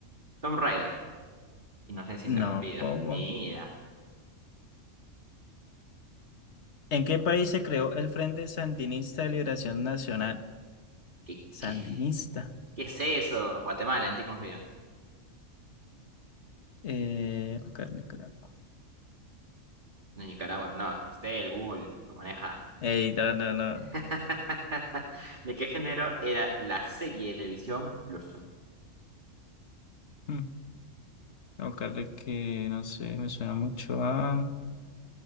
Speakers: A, on the right; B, on the left.
A: Tom Raider. Inocencia
B: No,
A: interrumpida.
B: ¿cómo?
A: Mira.
B: ¿En qué país se creó el Frente Sandinista de Liberación Nacional?
A: ¿Qué, qué,
B: Sandinista.
A: qué es eso? Guatemala, en ti confío.
B: Eh, buscar Nicaragua.
A: No, Nicaragua, no, que usted, el Google, lo maneja.
B: Ey, no, no, no.
A: <laughs> ¿De qué género era la serie de televisión Blueson?
B: Mm, a buscarle que, no sé, me suena mucho a...